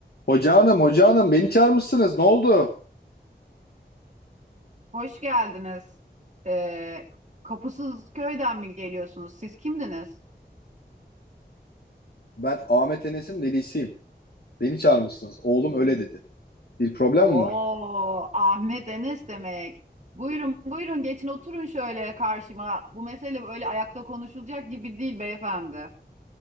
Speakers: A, on the left; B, on the right.
A: Hoca hanım, hoca hanım beni çağırmışsınız. Ne oldu?
B: Hoş geldiniz. Ee, Kapısız köyden mi geliyorsunuz? Siz kimdiniz?
A: Ben Ahmet Enes'in velisiyim. Beni çağırmışsınız. Oğlum öyle dedi. Bir problem
B: Oo,
A: mi var?
B: Ahmet Enes demek. Buyurun, buyurun geçin oturun şöyle karşıma. Bu mesele böyle ayakta konuşulacak gibi değil beyefendi.